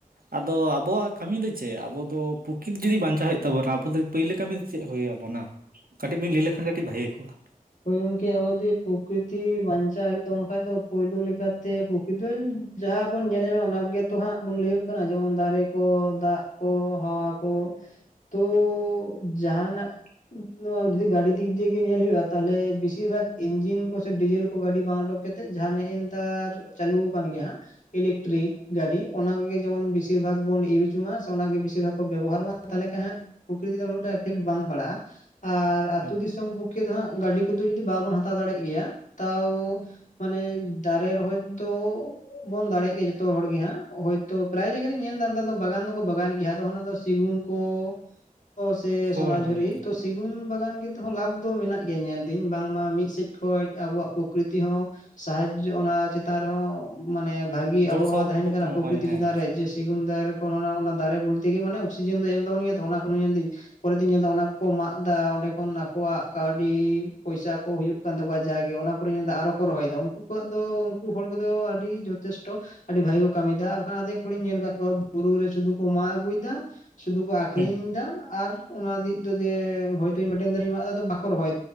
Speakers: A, on the right; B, on the left.
A: ᱟᱫᱚ ᱟᱵᱚᱣᱟᱜ ᱠᱟᱹᱢᱤ ᱫᱚ ᱪᱮᱫ ᱟᱵᱚ ᱫᱚ ᱯᱨᱚᱠᱤᱛ ᱡᱩᱫᱤ ᱵᱟᱧᱪᱟᱣ ᱦᱩᱭᱩᱜ ᱛᱟᱵᱚᱱᱟ ᱟᱵᱚ ᱫᱚ ᱯᱟᱹᱭᱞᱟᱹ ᱠᱟᱹᱢᱤ ᱪᱮᱫ ᱦᱩᱭ ᱟᱵᱚᱱᱟ? ᱠᱟᱹᱴᱤᱡ ᱵᱮᱱ ᱞᱟᱹᱭ ᱞᱮᱠᱷᱟᱱ ᱠᱟᱹᱴᱤᱡ ᱵᱷᱟᱹᱜᱮ ᱠᱚᱜᱼᱟ᱾
B: ᱦᱳᱭ ᱜᱚᱝᱠᱮ ᱟᱵᱚ ᱡᱩᱫᱤ ᱯᱨᱚᱠᱨᱤᱛᱤ ᱵᱟᱧᱪᱟᱣ ᱦᱩᱭᱩᱜ ᱛᱟᱵᱚᱱ ᱠᱷᱟᱡ ᱫᱚ ᱯᱳᱭᱞᱳ ᱞᱮᱠᱟᱛᱮ ᱠᱤᱫᱟᱹᱧ ᱡᱟᱦᱟᱸ ᱵᱚᱱ ᱧᱮᱞ ᱧᱟᱢᱟ ᱚᱱᱟ ᱜᱮᱛᱚ ᱦᱟᱸᱜ ᱵᱚᱱ ᱞᱟᱹᱭᱟᱹᱜ ᱠᱟᱱᱟ ᱡᱮᱢᱚᱱ ᱫᱟᱨᱮ ᱠᱚ ᱫᱟᱜ ᱠᱚ ᱦᱟᱣᱟ ᱠᱚ᱾ ᱛᱚ ᱡᱟᱦᱱᱟᱜ ᱱᱚᱣᱟ ᱡᱩᱫᱤ ᱜᱟᱹᱰᱤ ᱫᱤᱠ ᱫᱤᱭᱮ ᱜᱮ ᱧᱮᱞ ᱦᱩᱭᱩᱜᱼᱟ ᱾ ᱛᱟᱦᱚᱞᱮ ᱵᱮᱥᱤᱨ ᱵᱷᱟᱜ ᱤᱧᱡᱤᱱ ᱠᱚ ᱥᱮ ᱰᱤᱡᱮᱞ ᱠᱚ ᱜᱟᱹᱰᱤ ᱵᱟᱝ ᱩᱰᱩᱠ ᱠᱟᱛᱮᱜ ᱡᱟᱦᱟᱸ ᱱᱮᱜᱮ ᱱᱮᱛᱟᱨ ᱪᱟᱹᱞᱩ ᱟᱠᱟᱱ ᱜᱮᱭᱟ ᱦᱟᱸᱜ ᱾ ᱤᱞᱮᱠᱴᱨᱤᱠ ᱜᱟᱹᱰᱤ ᱚᱱᱟ ᱠᱚᱜᱮ ᱡᱮᱢᱚᱱ ᱵᱮᱥᱤᱨ ᱵᱷᱟᱜᱽ ᱵᱚᱱ ᱤᱭᱩᱡ ᱢᱟ ᱥᱮ ᱚᱱᱟ ᱜᱮ ᱵᱮᱥᱤᱨ ᱵᱷᱟᱜᱽ ᱵᱚᱱ ᱵᱮᱵᱚᱦᱟᱨ ᱢᱟ ᱾ ᱛᱟᱦᱚᱞᱮ ᱠᱷᱟᱱ ᱦᱟᱸᱜ ᱯᱨᱚᱠᱨᱤᱛᱤ ᱫᱚ ᱩᱱᱟᱹᱜᱴᱟ ᱤᱯᱷᱮᱠᱴ ᱵᱟᱝ ᱯᱟᱲᱟᱜᱼᱟ ᱟᱨ ᱟᱹᱛᱩᱳ
A: ᱦᱩᱸ
B: ᱫᱤᱥᱚᱢ ᱯᱚᱠᱷᱮ ᱫᱚ ᱦᱟᱸᱜ ᱜᱟᱹᱰᱤ ᱠᱚᱫᱚ ᱡᱩᱫᱤ ᱵᱟᱵᱚᱱ ᱦᱟᱛᱟᱣ ᱫᱟᱲᱮᱭᱟᱜ ᱜᱮᱭᱟ ᱛᱟᱣ᱾ ᱢᱟᱱᱮ ᱫᱟᱨᱮ ᱨᱮᱚᱦᱚᱭᱛᱚ ᱵᱚᱱ ᱫᱟᱲᱮᱜ ᱜᱮᱭᱟ ᱡᱚᱛᱚ ᱦᱚᱲ ᱜᱮ ᱦᱟᱸᱜ ᱦᱚᱳᱭᱛᱚ᱾ ᱯᱨᱟᱭ ᱡᱟᱭᱜᱟ ᱨᱤᱧ ᱧᱮᱞ ᱮᱫᱟ ᱱᱮᱛᱟᱨ ᱫᱚ ᱵᱟᱜᱟᱱ ᱫᱚᱠᱚ ᱵᱟᱜᱟᱱᱮᱫ ᱜᱮᱭᱟ ᱟᱫᱚ ᱚᱱᱟ ᱫᱚ ᱥᱤᱜᱩᱱ ᱠᱚ ᱚ ᱥᱮ
A: ᱦᱳᱭ
B: ᱥᱚᱱᱟᱡᱷᱩᱨᱤ
A: ᱦᱳᱭ ᱦᱳᱭ
B: ᱛᱚ ᱥᱤᱜᱩᱱ ᱵᱟᱜᱟᱱ ᱜᱮᱛᱦᱚᱸ ᱞᱟᱵᱷ ᱫᱚ ᱢᱮᱱᱟᱜ ᱜᱮ ᱧᱮᱞᱫᱟᱹᱧ ᱵᱟᱝᱢᱟ ᱢᱤᱫ ᱥᱮᱫ ᱠᱷᱚᱡ ᱟᱵᱚᱣᱟᱜ ᱯᱨᱚᱠᱨᱤᱛ ᱦᱚᱸ᱾ ᱥᱟᱦᱟᱡᱚ ᱚᱱᱟ ᱪᱮᱛᱟᱱ ᱨᱮᱦᱚᱸ ᱾ ᱢᱟᱱᱮ ᱵᱷᱟᱹᱜᱤ
A: ᱜᱚᱲᱚ
B: ᱟᱵᱚᱦᱟᱣᱟ
A: ᱥᱚᱯᱚᱦᱚᱫ
B: ᱛᱟᱦᱮᱱ ᱠᱟᱱᱟ
A: ᱮᱢᱚᱜᱼᱟᱭ
B: ᱯᱨᱚᱠᱨᱤᱛᱤ
A: ᱦᱮᱸ
B: ᱪᱮᱛᱟᱱ ᱨᱮ ᱡᱮ ᱥᱮᱜᱩᱱ ᱫᱟᱨᱮ ᱚᱱᱟ ᱫᱟᱨᱮ ᱵᱚᱞᱛᱮ ᱜᱮ ᱢᱟᱱᱮ ᱚᱠᱥᱤᱡᱮᱱ ᱫᱚ ᱮᱢ ᱛᱟᱵᱚᱱ ᱜᱮᱭᱟ ᱚᱱᱟ ᱠᱷᱚᱱ ᱧᱮᱞ ᱫᱤᱧ ᱯᱚᱨᱮ ᱛᱮᱧ ᱧᱮᱞ ᱮᱫᱟ ᱚᱱᱟ ᱠᱚ ᱠᱚ ᱢᱟᱜ ᱮᱫᱟ ᱚᱸᱰᱮ ᱠᱷᱚᱱ ᱟᱠᱚᱣᱟᱜ ᱠᱟᱣ ᱰᱤ ᱯᱚᱭᱥᱟ ᱠᱚ ᱦᱩᱭᱩᱜ ᱠᱟᱱ ᱛᱟᱠᱚᱣᱟ ᱡᱟᱜᱮ ᱚᱱᱟ ᱯᱚᱨᱮ ᱧᱮᱞᱫᱟ ᱟᱨᱚ ᱠᱚ ᱨᱚᱦᱚᱭᱮᱫᱟ ᱩᱱᱠᱩ ᱠᱚᱣᱟᱜ ᱫᱚ ᱩᱱᱠᱩ ᱦᱚᱲ ᱠᱚᱫᱚ ᱟᱹᱰᱤ ᱡᱚᱛᱷᱮᱥᱴᱚ᱾ ᱟᱹᱰᱤ ᱵᱷᱟᱜᱮ ᱠᱚ ᱠᱟᱹᱢᱤᱭᱮᱫᱟ ᱵᱟᱠᱷᱟᱱ ᱟᱫᱷᱮᱠ ᱦᱚᱲᱤᱧ ᱧᱮᱞ ᱟᱠᱟᱫ ᱠᱚᱣᱟ ᱵᱩᱨᱩ ᱨᱮ ᱥᱩᱫᱷᱩ ᱠᱚ ᱢᱟᱜ ᱟᱹᱜᱩᱭᱮᱫᱟ ᱾ ᱥᱩᱫᱩ ᱠᱚ ᱟᱠᱷᱨᱤᱧ
A: ᱦᱮᱸ
B: ᱮᱫᱟ ᱟᱨ ᱚᱱᱟ ᱫᱤᱠ ᱫᱚ ᱡᱮ ᱦᱚᱭᱛ ᱢᱮᱴᱮᱱ ᱫᱟᱨᱮᱧ ᱢᱟᱜᱫᱟ ᱵᱟᱠ ᱨᱚᱦᱚᱭ